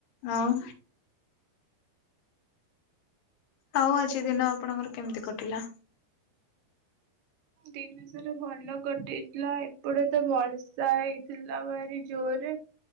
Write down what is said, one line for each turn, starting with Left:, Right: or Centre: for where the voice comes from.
Left: ଆଉ ଆଉ ଆଜି ଦିନ ଆପଣଙ୍କର କେମିତି କଟିଲା।
Right: ଦିନ <unintelligible> ଭଲ କଟିଥିଲା ଏପଟେ ତ ବର୍ଷା ହେଇଥିଲା ଭାରି ଜୋରରେ।